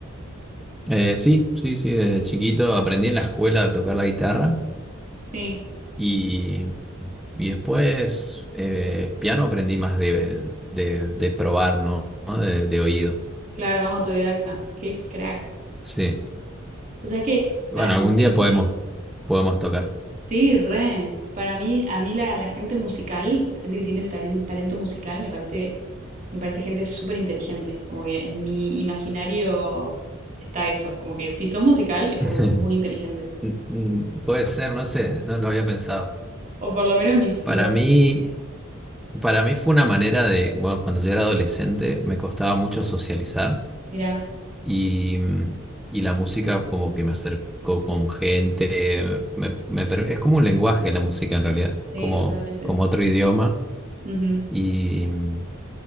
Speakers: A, in the centre; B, on the right.
A: Eh, sí, sí, sí, desde chiquito aprendí en la escuela a tocar la guitarra
B: Sí,
A: y, y después eh, piano aprendí más de, de, de probar, ¿no? ¿No? De, de oído.
B: claro, más autodidacta. Qué crack.
A: Sí.
B: O sea, es que
A: Bueno,
B: para la
A: algún
B: gente,
A: día podemos, podemos tocar.
B: sí, re. Para mí, a mí la, la gente musical, la gente que tiene el talen- talento musical, me parece, me parece gente súper inteligente. Como que en mi imaginario está eso. Como que si sos musical es
A: <laughs>
B: porque sos muy inteligente.
A: Mm, Puede ser, no sé, no lo había pensado.
B: O por lo menos mis,
A: Para
B: los,
A: mí... Para mí fue una manera de, bueno, cuando yo era adolescente me costaba mucho socializar
B: mirá,
A: y, mm, y la música como que me acercó con gente, me- me per- es como un lenguaje la música en realidad,
B: sí,
A: como,
B: totalmente.
A: como otro idioma
B: Ujú.
A: y, mm,